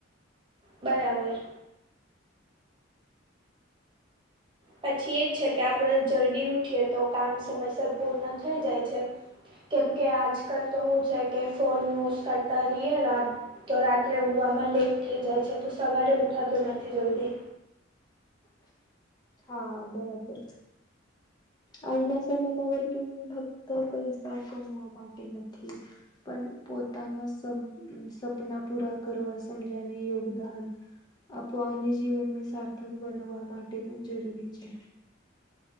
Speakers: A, on the right; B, on the left.
A: બરાબર પછી એ જ છે કે આપણે જલ્દી ઉઠીએ તો કામ સમયસર પૂર્ણ થઈ જાય છે કેમકે આજકાલ તો હું છે કે ફોન યુઝ કરતા રહીએ રા તો રાત્રે ઉવામાં લેટ થઈ જાય છે તો સવારે ઉઠાત નથી જલ્દી
B: હા બરાબર આજના સમયમાં વક ફક્ત પૈસા કમવા માટે નથી પણ પોતાના સ સપના પૂરા કરવા સમજાયને યોગદાન અવાહન્ય જીવન સાર્થક બનવા માટે પણ જરૂરી છે